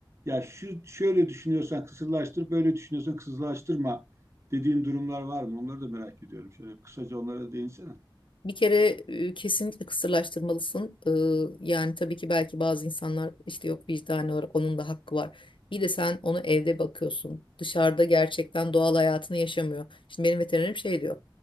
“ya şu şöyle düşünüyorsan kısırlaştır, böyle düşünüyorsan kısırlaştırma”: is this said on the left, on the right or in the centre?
Right